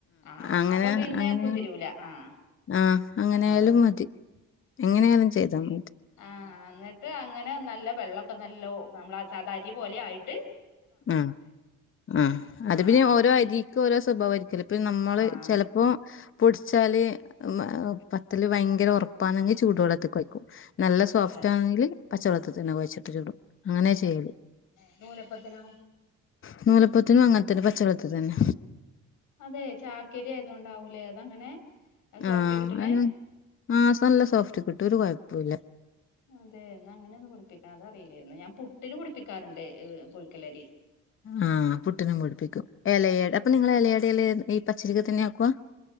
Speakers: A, on the left; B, on the left.
A: ആഹ്
B: അങ്ങനെ
A: അപ്പപിന്നെ
B: അങ്ങനെ
A: കുതിരൂല ആഹ്.
B: ആഹ് അങ്ങനായാലും
A: ആഹ്
B: മതി എങ്ങനെയാലും ചെയ്ത മ
A: ആ ന്ന്ട്ട് അങ്ങനെ നല്ല വെള്ളൊക്കെ നല്ലോ നമ്മളെ സാധാ അരിപോലായിട്ട്
B: അ ആ അത്
A: ആഹ്
B: പിന്നെ ഓരോ അരി ക്കോരോ സ്വഭാവായിര്ക്കലോ ഇപ്പോ നമ്മള്
A: ആഹ്
B: ചെലപ്പോ പൊട്ച്ചാല്. മ ഒ പത്തല് ഭയങ്കര ഒർപ്പാണെങ്കി ചൂടുവെള്ളത്ത് കൊയ്ക്കും നല്ല സോഫ്റ്റാണെങ്കില്.
A: അതെ
B: പച്ചള്ളത്ത്തന്നെ കൊയ്ച്ട്ട് ചുടും അങ്ങനെ ചെയ്യല്.
A: ന്നൂലപ്പത്തിനോ.
B: ന്നൂലപ്പത്തിനും അങ്ങൻത്തന്നെ പച്ചവള്ളത്ത്തന്ന.
A: അതെ ചാക്കരി ആയതോണ്ടാവൂലേ അതങ്ങനെ സോഫ്റ്റ്
B: ആ
A: കിട്ടണേ
B: അ ആ നല്ല സോഫ്റ്റ് കിട്ടും ഒരു കൊഴപ്പുല്ല
A: അതെ എന്നാ അങ്ങനൊന്ന് പൊടിപ്പിക്കണം അതറിയില്ലായിരുന്നു ഞാൻ പുട്ടിന് പൊടിപ്പിക്കാറുണ്ട് പുഴക്കല്ലരി.
B: ആഹ് ആ പുട്ടിനും പൊടിപ്പിക്കും എലയ അപ്പൊ നിങ്ങള് എലയടെല്ലം ഈ പച്ചരിത്തെന്നെ ആക്കാ